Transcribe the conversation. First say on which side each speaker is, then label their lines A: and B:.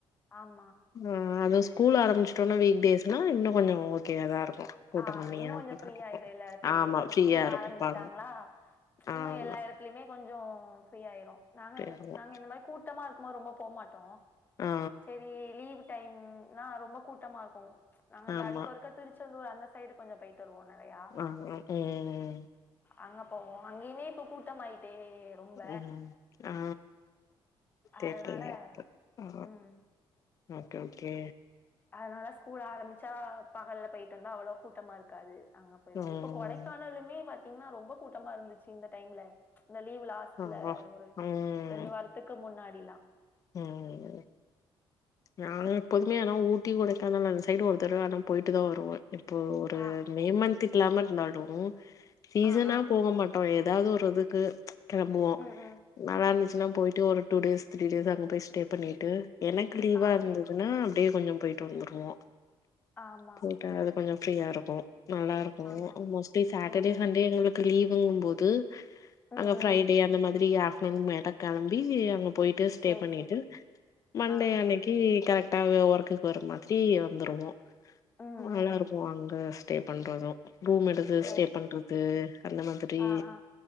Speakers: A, on the left; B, on the left.
A: ஆமா
B: ஆ அதுவு ஸ்கூல் ஆரம்பிச்ட்டோனா வீக் டேஸ்னா இன்னு கொஞ்சோ ஓகேயா தா இருக்கு கூட்டோ
A: ஆ
B: கம்மியா
A: இன்னு கொஞ்சோ
B: தா
A: ஃப்ரீ
B: இருக்கு
A: ஆயிடு எல்லா எடத்துலேயுமே
B: ஆமா
A: இப்ப
B: ஃப்ரீயா
A: ஸ்கூல்
B: இருப்பாங்க
A: ஆரம்பிச்சுட்டாங்ளா இன்னு
B: ஆமா
A: எல்லா எட த்திலியுமே கொஞ்சோ ஃப்ரீ ஆயிரு நாங்க
B: ஃப்ரீயா
A: இந்
B: இருக்கு
A: நாங்க இந்த மாரி கூட்டமா இருக்கும் போது ரொம்ப போமாட்டோ
B: ஆ
A: செரி லீவு டைம்னா ரொம்ப கூட்டமா இருக்கு நாங்க அந்த
B: ஆமா
A: அடிக்கு ஒருக்க திருச்செந்தூர் அந்த சைடு கொஞ்ச போயிட்டு வருவோ நறையா
B: ஆ ம் ம் ம் ம்
A: அங்க போவோ அங்கயுமே இப்ப கூட்டம் ஆயிட்டே ரொம்ப
B: ம் ஆ தெர்ட்டல
A: அதனால
B: அப்ப ஆ
A: ம்
B: ஓகே ஓகே
A: அதனால ஸ்கூல் ஆரம்பிச்சா பகல போயிட்டு வந்தா அவ்வளவு கூட்டமா இருக்காது அங்க
B: ம்
A: போயிருவோ இப்ப கொடைக்கா னலுமே பாத்தீங்கன்னா ரொம்ப கூட்டமா இருந்துச்சு இந்த டைம்ல இந்த லீவ் லாஸ்
B: ஆமா
A: ட்ல ஒரு
B: ம்
A: ரெண்டு வாரத்துக்கு முன்னாடிலா
B: ம் நாங்க எப்போதுமே
A: ஆ
B: ஆனா ஊட்டி கொடைக்கானல் அந்த சைடு ஒருத்தரவ ஆனா போயிட்டு தா வருவ இப்போ ஒரு
A: ஆ
B: மே மன்த்கில்லாம இருந்தாலு சீசனா
A: ஆ ஆ
B: போக மாட் டோ ஏதாவது ஒரு இதுக்கு கெளம்புவோ
A: ம் ம்
B: நல்லா இருந்துச்சுன்னா போயிட்டு ஒரு டூ டேஸ் த்ரீ டேஸ் அங்கே போய் ஸ்டே பண்ணிட்டு என்னை லீவா
A: ஆ
B: இருந்ததுன்னா
A: சரி சரி
B: அப்டியே கொஞ்சம் போயிட்டு வந்துருவோ
A: ஆமா
B: போயிட்டு அது கொஞ்சம் ஃப்ரீயா இருக்கு நல்லா இருக்கு
A: ஆமா
B: மோஸ்ட்லி சாட்டர்டே
A: ம் ம்
B: சண்டே எங்களுக்கு லீவுங்கும்போது
A: ம்
B: அங்க ஃப்ரைடே
A: ம்
B: அந்த மாதிரி ஆஃப்டர்நூன் மேடா கெளம்பி அங்க போயிட்டு ஸ்டே
A: சரி
B: பண்ணிட்டு
A: சரி
B: ண்டே
A: ஆ ஆ
B: அன்னைக்கு கரெக்டா ஒர்க்குக்கு வற மாதிரி வந்துருவோ
A: ம் ம்
B: நல்லா இருக்கு அங்க ஸ்டே பண்றது ரூம் எடுத்து
A: சரி
B: ஸ்டே
A: சரி
B: பண்றது அந்த மாதிரி
A: ஆ ஆ